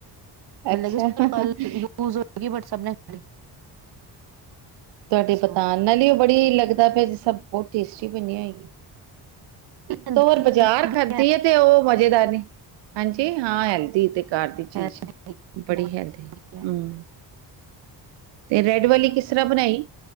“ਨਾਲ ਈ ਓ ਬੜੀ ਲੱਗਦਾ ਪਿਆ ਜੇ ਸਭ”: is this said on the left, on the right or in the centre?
Right